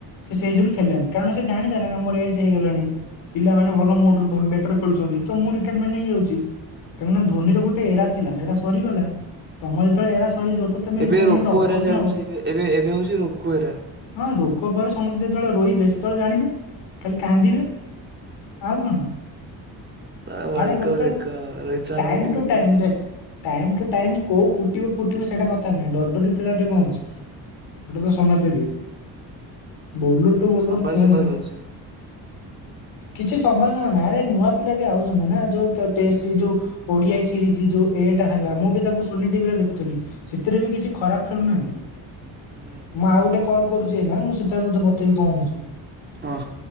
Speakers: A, on the left; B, on the right.
A: ସେ ସେଇ ଯୋଗୁର ଖେଳିଲାନି କାରଣ ସେ ଜାଣି ସାଇଲାଣି ନା ମୋର ଏଜ ହେଇଗଲାଣି। ପିଲାମାନେ ଭଲ ମୋରଠୁ ଭ ବେଟର ଖେଳୁଛନ୍ତି ତ ମୁଁ ରିଟାରମେଣ୍ଟ ହେଇଯାଉଛି। କାହିଁକି ନା ଧୋନିର ଗୋଟେ ଏରା ଥିଲା ସେଟା ସରିଗଲା ତମ ଯେତେବେଳେ ଏରା ସରିଯିବ। ତ ତମେ
B: ଏବେ
A: ରିଟାୟାରମେଣ୍ଟ
B: ରୋକଏରା
A: ଅଫକୋର୍ସ
B: ଚାଲିଛି
A: ନବ।
B: ଏବେ ଏବେ ଏବେ ହଉଛି ରୋକଏରା।
A: ହଁ ରୋକ ପରେ ସମସ୍ତେ ଯେତେବେଳେ ରୋଇବେ ସେତେବେଳେ ଜାଣିବେ। ଖାଲି କାନ୍ଦିବେ ଆଉ କଣ?
B: ୱାର୍ଲଡ
A: ଆରେ ଗୋଟେ
B: କପ୍ ଦେଖ ରୋହିତ ଶର୍ମା
A: ଟାଇମ
B: କେମିତି
A: ଟୁ
B: ପିଟିବ।
A: ଟାଇମ ଦେଖ ଟାଇମ ଟୁ ଟାଇମ କୋଉ କୁଟିବ ଫୁଟିବ ସେଇଟା କଥା ନାହିଁ ଡରଡରି ଖେଳିବାରେ କଣ ଅଛି। ଗଟା ତ ସମସ୍ତ ଦେବ ବୋଲର ଟୁ ବୋଲର
B: ସମ୍ଭାଳି
A: ଚେଞ୍ଜ
B: ସମ୍ଭାଳି ଖେଳୁଛି
A: କିଛି <unintelligible> ଆରେ ନୂଆ ପିଲା ବି ଆଉଚନ୍ତି ନା ଯଉ <unintelligible> ଯଉ ଓଡିଆ ସିରିଜ ଯୋଉ ଏଟା ହେଲା ମୁଁ ବି ତାକୁ ସୋନି ଟିଭିରେ ଦେଖୁଥିଲି। ଶୀଥିରେ ବି କିଛି ଖରାପ ଖେଳୁନାହାନ୍ତି।
B: ହୁଁ।
A: ମୁଁ ଆଉ ଗୋଟେ କଲ କରୁଛି ଏନା ମୁଁ ସେଥିରେ ତତେ ବତେଇବି କଣ ହଉଛି।
B: ହଁ।